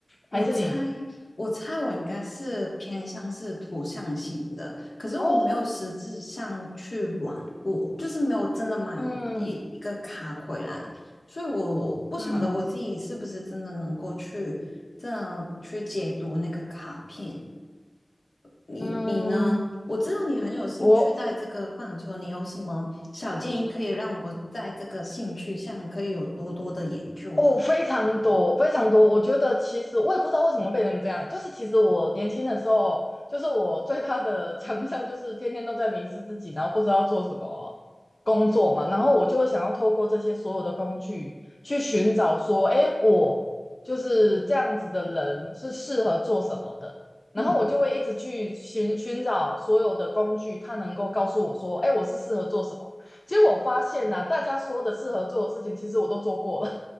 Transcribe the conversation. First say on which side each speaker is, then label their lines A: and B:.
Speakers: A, on the left; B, on the left.
A: 我猜，
B: 还是你？
A: 我猜我应该是偏向是图像型的，可是我没有实质上去玩过，
B: 哦，
A: 就是没有真的买一一个卡回来，
B: 嗯
A: 所以我不晓得我自己是不是真的能够去这样去解读那个卡片。
B: 嗯
A: 你你呢？
B: 嗯。
A: 我知道你很有兴趣在这个范畴，
B: 我
A: 你有什么小建议可以让我在这个兴趣上可以有多多的研究呢？
B: 哦，非常多，非常多。我觉得其实我也不知道为什么变成这样，就是其实我年轻的时候，就是我最大的强项就是天天都在迷失自己，然后不知道做什么工作嘛，然后我就会想要透过这些所有的工具去寻找说，哎，我就是这样子的人是适合做什么的，然后我就会一直去寻寻找所有的工具，
A: 嗯，
B: 它能够告诉我说，哎，我是适合做什么。结果我发现呐、啊大家说的适合做的事情，其实我都做过了。